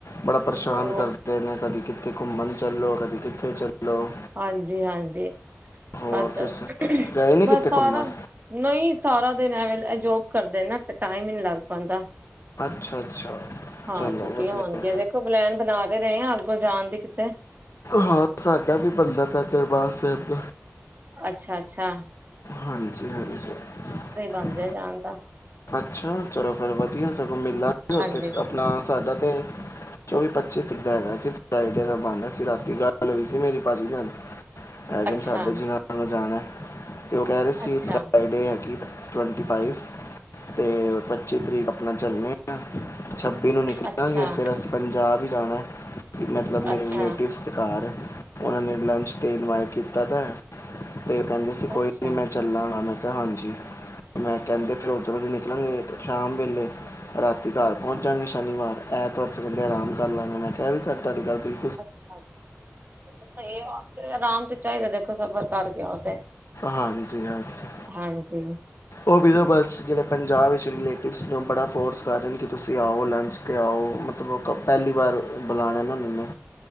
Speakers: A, on the left; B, on the right.
A: ਬੜਾ ਪਰੇਸ਼ਾਨ
B: ਉਹ
A: ਕਰਦੇ ਨੇ ਕਦੀ ਕਿੱਥੇ ਘੁੰਮਣ ਚੱਲੋ ਕਦੀ ਕਿੱਥੇ ਚੱਲੋ।
B: ਹਾਂਜੀ-ਹਾਂਜੀ,
A: ਹੋਰ
B: ਬਾੱਸ
A: ਤੁਸੀਂ ਗਏ ਨਹੀਂ
B: ਬਾੱਸ
A: ਕਿਤੇ
B: ਸਾਰਾ
A: ਘੁੰਮਣ
B: ਨਈ ਸਾਰਾ ਦੇਨ ਐਵੇ ਲ, ਐ ਜੋਬ ਕਰਦੇ ਨਾ ਤੇ ਟਾਈਮ ਈ ਨੀ ਲੱਗ ਪਾਂਦਾ।
A: ਅੱਛਾ ਅੱਛਾ
B: ਹਾਂ
A: ਚਲੋ
B: ਛੁੱਟੀਆਂ
A: ਵਧੀਆ
B: ਹੋਨ ਦੇਖੋ ਪਲੈਨ ਬਨਾ ਤੇ ਰਏ ਆ ਅੱਗੋ ਜਾਨ ਦੀ ਕਿੱਤੇ।
A: ਹਾਂ ਸਾਡਾ ਵੀ ਬੰਦਾ ਪੇਐ ਦਰਬਾਰ ਸੈਬ ਦਾ।
B: ਅੱਛਾ-ਅੱਛਾ।
A: ਹਾਂਜੀ-ਹਾਂਜੀ ਸਭ ਵਧੀਆ।
B: ਬਣਦੇ ਜਾਣ ਦਾ
A: ਅੱਛਾ ਚਲੋ ਫਿਰ ਵਧੀਆ ਸਗੋਂ ਮਿਲਾਂਗੇ ਓਥੇ
B: ਹਾਂਜੀ
A: ਆਪਣਾ ਸਾਡਾ ਤੇ ਚੋਵੀ-ਪੱਚੀ ਤਿੱਰੀਕ ਦਾ ਹੈਗਾ ਸੀ ਫਰਾਈਡੇ ਦਾ ਬਾਣਾ ਸੀ ਰਾਤੀ ਗੱਲ ਹੋਈ ਸੀ ਮੇਰੀ ਪਾਜੀ ਨਾਲ। ਹੈਗਾ
B: ਅੱਛਾ
A: ਨੀ ਸਾਡੇ ਜਿਨਾਂ ਨਾਲ ਜਾਣਾ ਤੇ ਓ ਕਹਿ ਰਹੇ ਸੀ
B: ਅੱਛਾ
A: ਫਰਾਈਡੇ ਹੈਗੀ ਟਵੰਟੀ ਫਾਈਵ ਤੇ ਪੱਚੀ ਤਰੀਕ ਆਪਣਾ ਚੱਲਣੇ ਆ। ਛੱਬੀ ਨੂੰ ਨਿਕਲਾਂਗੇ
B: ਅੱਛਾ
A: ਫਿਰ ਅਸੀਂ ਪੰਜਾਬ ਈ ਜਾਣਾ। ਮਤਲਬ ਮੇਰੇ
B: ਅੱਛਾ
A: ਰਿਲੇਟਿਵਸ ਦੇ ਕਾਰ ਓਨਾਂ ਨੇ ਲੰਚ ਤੇ ਇਨਵਾਈਟ ਕੀਤਾ ਦਾ ਐ। ਤੇ ਉਹ ਕੈਂਦੇ ਸੀ ਕੋਈ
B: ਅੱਛਾ
A: ਨਹੀਂ ਮੈਂ ਚੱਲਾਂਗਾ ਮੈਂ ਕਿਹਾ ਹਾਂਜੀ ਮੈਂ ਕੈੰਦੇ ਫਿਰ ਉਧਰੋਂ ਦੀ ਨਿਕਲਾਂਗੇ ਸ਼ਾਮ ਵੇਲੇ ਰਾਤੀ ਘਰ ਪੋਂਚ ਜਾਂਗੇ ਸ਼ਨੀਵਾਰ ਐਤਵਾਰ ਸਵੇਲੇ ਆਰਾਮ ਕਰ ਲਾਂਗੇ ਮੈਂ ਕਿਹਾ ਵੀ ਕਰ ਤੁਹਾਡੀ ਗੱਲ ਬਿਲੁ
B: ਅੱਛਾ ਸਹੀ ਏ ਆਰਾਮ ਚ ਚਾਹੀਦਾ ਦੇਖੋ ਸਫ਼ਰ ਕਰ ਗਯਾ ਓ ਤੇ
A: ਹਾਂਜੀ ਹਾਂਜੀ
B: ਹਾਂਜੀ।
A: ਉਹ ਵਿ ਨਾ ਬਸ ਜੇੜੇ ਪੰਜਾਬ ਵਿੱਚ ਰਿਲੇਟਿਵਸ ਨੇ ਓ ਬੜਾ ਫੋਰਸ ਕਰ ਰੇ ਨੇ ਕਿ ਤੁਸੀਂ ਆਓ ਲੰਚ ਤੇ ਆਓ ਮਤਲਬ ਪੈਲੀ ਵਾਰ ਬਲਾਣਾ ਏ ਨਾ ਮੇਨੂੰ।